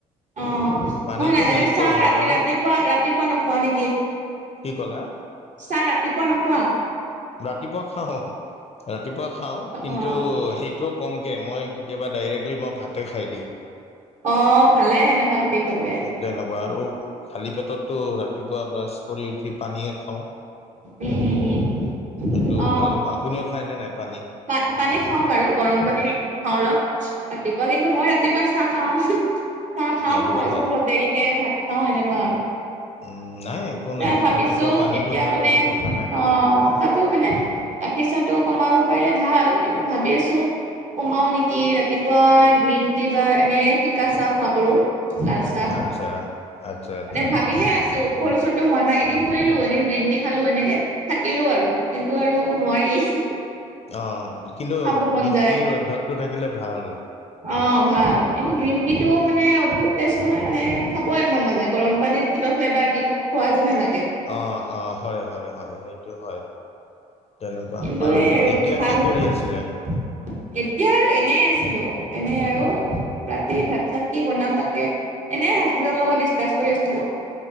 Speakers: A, on the right; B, on the left.
A: অ
B: পানীটো
A: নহয়
B: মেইনটো
A: ন চাহ
B: হাজাৰ
A: ৰাতি ৰাতিপুৱা
B: হওক
A: ৰাতিপুৱা নোখোৱা নেকি।
B: কি ক'লা
A: চাহ ৰাতিপুৱা নখুৱা?
B: ৰাতিপুৱা খাওঁ ৰাতি। ৰাতিপুৱা খাওঁ কিন্তু
A: অ
B: সেইটোও কমকৈ মই কেতিয়াবা ডাইৰেক্টলি মই ভাতে খাই দিওঁ।
A: অ ভালে সেনেকুৱা হেবিট হলে।
B: তেনেকুৱা আৰু খালী পেট। ততটো ৰাতিপুৱা ব্ৰাছ কৰি উঠি পানীয়ে খাওঁ।
A: উম উম উম
B: সেইটো
A: অ
B: ভাল আপুনিও খাইনে নাই পানী।
A: পা পানী খাওঁ বাৰু গৰম পানী খাওঁ অলপ ৰাতিপুৱা কিন্তু মই ৰাতিপুৱা চাহ খাওঁ। চাহ খাওঁ
B: ৰাতিপুৱা
A: তাৰ পিছত
B: খায়
A: অলপ দেৰিকে ভাত খাওঁ এনেকুৱা আৰু
B: উম, নাই একো
A: ত
B: নাই
A: ভাবিছোঁ।
B: ৰাতিপুৱা পানীটো
A: এতিয়া
B: খালে
A: মানে
B: একো কথা নাই
A: অ তথাপিও মানে গখিৰ চাহটো কমাব পাৰিলে ভাল কিন্তু ভাবি আছো কমাও নেকি ৰাতিপুৱা গ্ৰীণ টি বা এনে ফিকা চাহ খোৱা কৰো। লালচাহ
B: আচ্ছা আচ্ছা আচ্ছা
A: মানে ভাবিহে আছো ফল চুটো হোৱা নাই এদিন। কৰিলো এদিন গ্ৰীণ টি খালো এনেকে থাকিলো আৰু কিন্তু আৰু নোৱাৰি।
B: অ কিন্তু
A: খাব মন
B: গ্ৰীণ
A: যায়
B: টিৰ অভ্যাসটো থাকিলে ভাল।
A: অ ভাল এইটো গ্ৰীণ টিটো
B: সেইটোৱে,
A: মানে অদ্ভুত টেষ্ট নহয় মানে খাবই মন নাযায় গৰম পানীত কিবা ফ্লেভাৰ দি খোৱা যেন লাগে।
B: অ', অ', হয়, হয়, হয়, সেইটো হয়। তেনেকুৱা
A: কিন্তু সেই আৰু
B: এতিয়া
A: ভাল
B: কি
A: এতিয়া
B: কৰি আছিলে?
A: আৰু এনে আছিলো। এনে আৰু ৰাতি ভাত চাত কি বনাম তাকে এনে হাজবেণ্ডৰ লগত ডিচকাচ কৰি আছিলো।